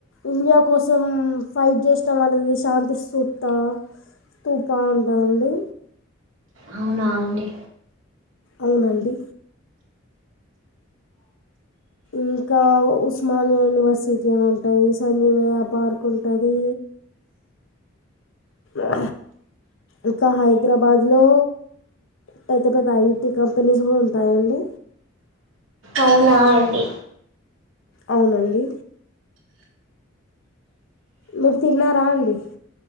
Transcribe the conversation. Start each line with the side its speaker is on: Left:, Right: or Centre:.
Left: ఇండియా కోసం ఫైట్ జస్ తం వాళ్ళది శాంతి సూప్త తుప ఉంటుందండి.
Right: అవునా అండి
Left: అవునండి ఇంకా ఉస్మానియా యూనివర్సిటీ అని ఉంటది, సంజీవయ్య పార్క్ ఉంటది ఆ ఇక హైద్రాబాద్ లో పెద్ద పెద్ద ఐటీ కంపెనీస్ గుడ ఉంటయండి
Right: అవునా అండి
Left: అవునండి మీర్ తిన్నారా అండి?